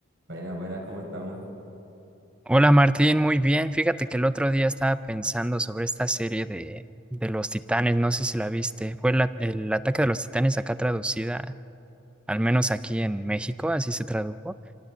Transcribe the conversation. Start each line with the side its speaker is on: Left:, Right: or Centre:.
Right: Buenas, buenas, ¿cómo estamos?
Centre: Hola Martín, muy bien. Fíjate que el otro día estaba pensando sobre esta serie de, de los Titanes, no sé si la viste. Fue la- el ataque de los Titanes acá traducida, al menos aquí en México, así se tradujo.